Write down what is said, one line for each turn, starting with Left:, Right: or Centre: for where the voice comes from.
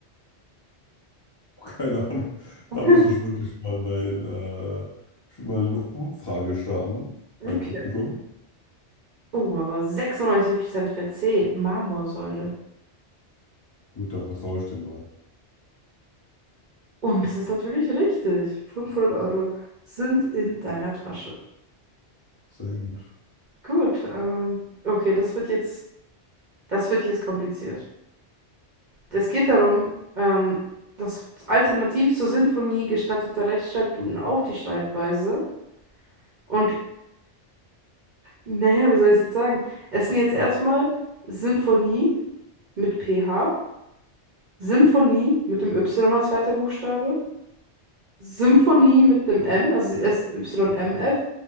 Left: keine Ahnung.
Right: <laughs>
Left: Da muss ich wirklich mal mein, äh, ich will mal eine Umfrage starten
Right: Okay.
Left: beim Publikum.
Right: Oh, aber 96% für C, Marmorsäule.
Left: Gut, dann vertraue ich dem mal.
Right: Und es ist natürlich richtig. 500 Euro sind in deiner Tasche.
Left: Sehr gut.
Right: Gut, ähm, okay, das wird jetzt, das wird jetzt kompliziert. Es geht darum, ähm, dass alternativ zur Sinfonie gestattete Rechtschreibduden auch die Schreibweise. Und <laughs> naja, wie soll ich es jetzt sagen? Es sind jetzt erstmal Symphonie mit PH, Symphonie mit dem Y als zweiter Buchstabe, Symphonie mit dem M, also SYMF,